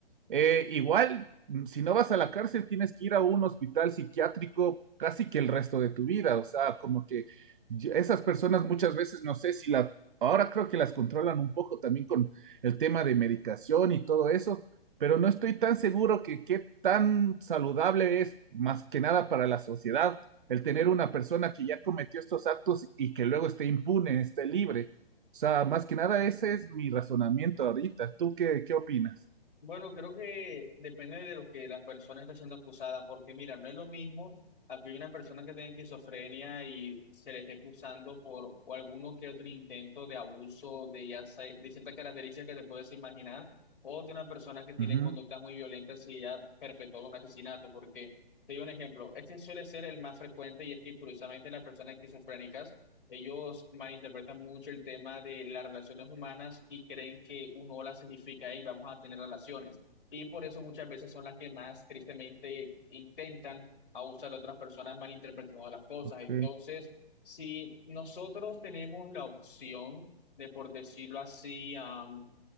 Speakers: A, on the right (about 60°); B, on the left (about 60°).
A: eh, igual, mm, si no vas a la cárcel, tienes que ir a un hospital psiquiátrico casi que el resto de tu vida, o sea, como que y esas personas muchas veces no sé si la, ahora creo que las controlan un poco también con el tema de medicación y todo eso, pero no estoy tan seguro que qué tan saludable es más que nada para la sociedad el tener una persona que ya cometió estos actos y que luego esté impune, esté libre. O sea, más que nada ese es mi razonamiento ahorita. ¿Tú qué, qué opinas?
B: Bueno, creo que depende de lo que la persona está siendo acusada, porque mira, no es lo mismo a que una persona que tenga esquizofrenia y se le esté acusando por o alguno que otro intento de abuso de, ya sea- de ciertas características que te puedes imaginar, o de una persona que tiene
A: Ujú,
B: conductas muy violentas y ya perpetró un asesinato, porque te doy un ejemplo, este suele ser el más frecuente y es que curiosamente las personas esquizofrénicas ellos malinterpretan mucho el tema de las relaciones humanas y creen que un hola significa, y vamos a tener relaciones. Y por eso muchas veces son las que más tristemente intentan abusar a otras personas malinterpretando las cosas.
A: Ok,
B: Entonces, si nosotros tenemos la opción de, por decirlo así, am,